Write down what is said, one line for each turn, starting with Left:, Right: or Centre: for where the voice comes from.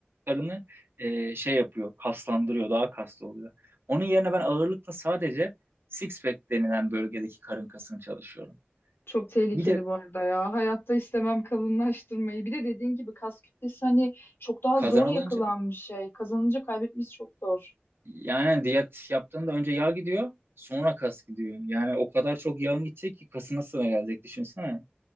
Right: karını e, şey yapıyor. Kaslandırıyor. Daha kaslı oluyor. Onun yerine ben ağırlıkla sadece six pack denilen bölgedeki karın kasını çalışıyorum.
Left: Çok tehlikeli
Right: Bir de
Left: bu arada ya. Hayatta istemem kalınlaştırmayı. Bir de dediğin gibi kas kütlesi hani çok daha
Right: kazanılınca
Left: zor yakılan bir şey. Kazanınca kaybetmesi çok zor.
Right: yani hani diyet yaptığında önce yağ gidiyor sonra kas gidiyor. Yani o kadar çok yağın gidecek ki kasına sıra gelecek düşünsene.